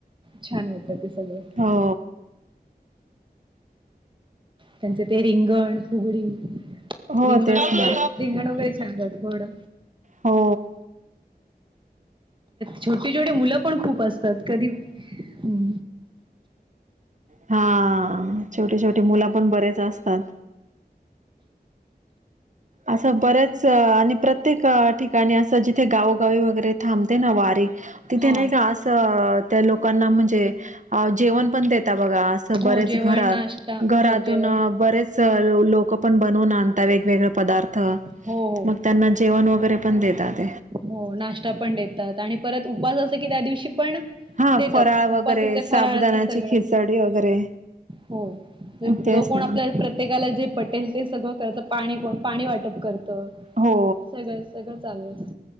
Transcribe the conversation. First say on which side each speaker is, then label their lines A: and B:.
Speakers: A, on the right; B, on the right.
A: छान वाटतं ते सगळं.
B: हो.
A: त्यांचे ते रिंगण, फुगडी.
B: हो
A: रिंगण
B: तेच
A: वगैरे,
B: ना
A: रिंगण वगैरे छान असत हो ना.
B: हो.
A: छोटी छोटे मुलं पण खूप असत तात कधी. हम
B: हा, छोटी छोटी मुलं पण बरेच असतात. असं बऱ्याच आणि प्रत्येक ठिकाणी असं जिथे गावगावी वगैरे थांबते ना वारीे. तिथे
A: हा
B: नाही का असं त्या लोकांना म्हणजे, जेवण पण देता, बघा असं
A: हो
B: बरेच
A: जेवण
B: घरात
A: नाश्ता
B: घरातून
A: हो जेवण
B: बरेच. लोक पण बनवून आणत वेगवेगळे पदार्थ.
A: हो हो
B: त्यांना जेवण वगैरे पण देतात.
A: हो. नाश्ता पण देतात आणि परत उपवास असला की त्या दिवशी पण.
B: हा
A: देतात,
B: फराळ
A: उपासाचे
B: वगैरे साबुदाणाची
A: फराळाच सगळं.
B: खिचडी वगैरे
A: हो. जो
B: तेच
A: कोण
B: ना.
A: आपल्या प्रत्येकाला जे पटेल ते सगळं करतो, पाणी कोण पाणी वाटप करतं
B: हो
A: सगळं सगळं चालू असतं.